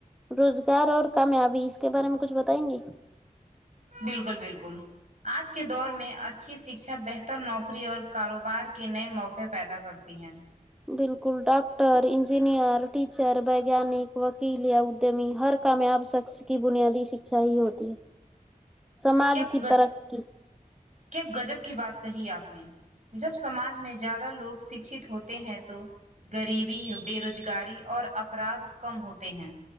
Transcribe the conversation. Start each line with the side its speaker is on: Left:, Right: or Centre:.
Centre: روزگار اور کامیابی اس کے بارے میں کچھ بتائیں گے
Right: بالکل بالکل آج کے دور میں اچھی شکچھا بہتر نوکری اور کاروبار کے نئے موقعے پیدا کرتی ہیں
Centre: بالکل ڈاکٹر انجینئر ٹیچر ویگانک وکیل یا ادیمی ہر کامیاب شخص کی بنیادی شکچھا ہی ہوتی ہے سماج
Right: کیا
Centre: کی ترقی
Right: کیا غجب کی بات کہی آپ نے جب سماج میں زیادہ لوگ شکچھت ہوتے ہیں تو غریبی بے روزگاری اور افراد کم ہوتے ہیں